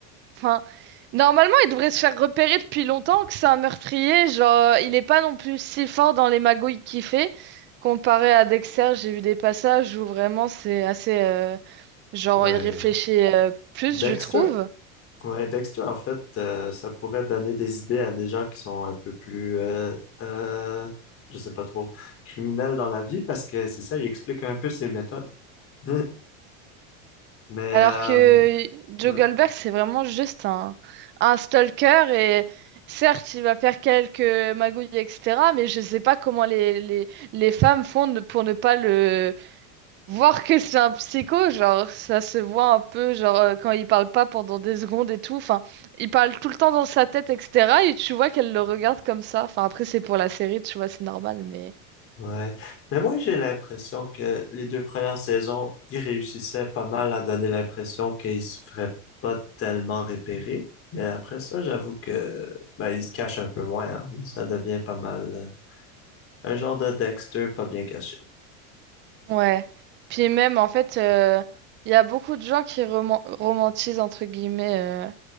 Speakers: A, on the right; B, on the left.
A: enfin, normalement, il devrait se faire repérer depuis longtemps que c'est un meurtrier. Genre, il est pas non plus si fort dans les magouilles qu'il fait. Comparé à Dexter, j'ai vu des passages où vraiment c'est assez, euh, genre,
B: Ouais.
A: il réfléchit euh, plus,
B: Dexter,
A: je trouve.
B: ouais, Dexter, en fait, euh, ça pourrait donner des idées à des gens qui sont un peu plus, euh, euh, je sais pas trop, criminels dans la vie, parce que c'est ça, il explique un peu ses méthodes. <laughs> Mais,
A: Alors
B: euh,
A: que Joe
B: ouais.
A: Goldberg, c'est vraiment juste un, un stalker et certes, il va faire quelques magouilles, etc. Mais je sais pas comment les, les, les femmes font ne- pour ne pas le voir que c'est un psycho. Genre, ça se voit un peu, genre, euh, quand il parle pas pendant des secondes et tout. Enfin, il parle tout le temps dans sa tête, etc. Et tu vois qu'elle le regarde comme ça. Enfin, après, c'est pour la série, tu vois, c'est normal, mais...
B: Ouais. Mais moi, j'ai l'impression que les deux premières saisons, ils réussissaient pas mal à donner l'impression qu'ils se feraient pas tellement repérer. Mais après ça, j'avoue que, ben, ils se cachent un peu moins, hein. Ça devient pas mal, euh, un genre de Dexter pas bien caché.
A: Ouais. Puis même, en fait... euh, Il y a beaucoup de gens qui roman- romantisent, entre guillemets, euh,